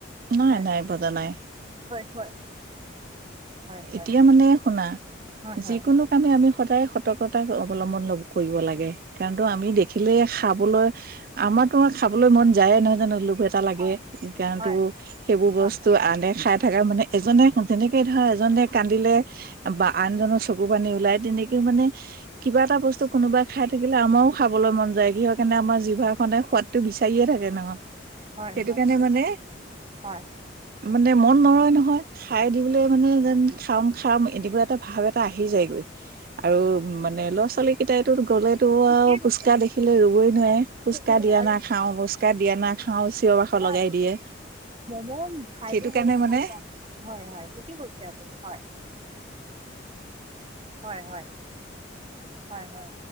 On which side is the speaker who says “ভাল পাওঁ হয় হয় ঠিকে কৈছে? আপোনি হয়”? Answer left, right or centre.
Right